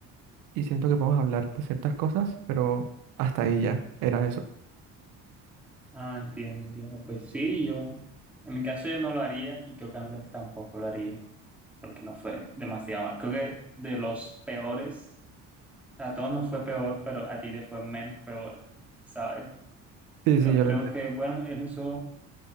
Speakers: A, on the right; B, in the centre.
A: y siento que podemos hablar de ciertas cosas, pero hasta ahí ya era eso.
B: Ah, entiendo, entiendo. Pues sí, yo, en mi caso yo no lo haría y creo que Andrés tampoco lo haría, porque no fue demasiado mal. Creo que de los peores, o sea, a todos nos fue peor, pero a ti te fue menos peor, ¿sabes?
A: Sí,
B: Pero
A: sí, yo
B: creo
A: lo entiendo.
B: que, bueno, en eso